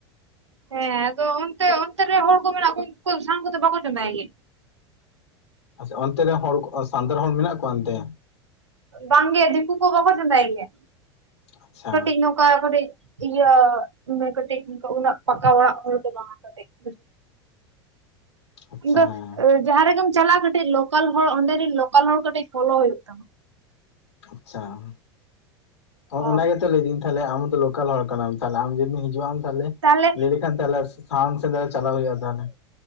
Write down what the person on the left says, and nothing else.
ᱟᱪᱪᱷᱟ ᱚᱱᱛᱮ ᱨᱮᱱ ᱦᱚᱲ ᱥᱟᱱᱛᱟᱲ ᱦᱚᱲ ᱢᱮᱱᱟᱜ ᱠᱚᱣᱟ ᱚᱱᱛᱮ᱾
ᱟᱪᱪᱷᱟ
ᱟᱪᱪᱷᱟ
ᱦᱮᱸ
ᱟᱪᱪᱷᱟ ᱚ
ᱚᱱᱟ ᱜᱮᱛᱚ ᱞᱟᱹᱭ ᱫᱤᱧ᱾ ᱛᱟᱦᱚᱞᱮ ᱟᱢ ᱫᱚ ᱞᱳᱠᱟᱞ ᱦᱚᱲ ᱠᱟᱱᱟ ᱛᱟᱦᱮ ᱟᱢ ᱡᱤᱤᱱ ᱦᱤᱡᱩᱜᱼᱟᱢ ᱛᱟᱦᱮᱞᱮ᱾
ᱞᱟᱹᱭ ᱞᱮᱠᱷᱟᱱ ᱛᱟᱦᱚᱞᱮ ᱥᱟᱦᱟᱱ ᱪᱟᱞᱞᱟᱣ ᱦᱩᱭᱩᱜᱼᱟ ᱛᱟᱦᱚᱞᱮ᱾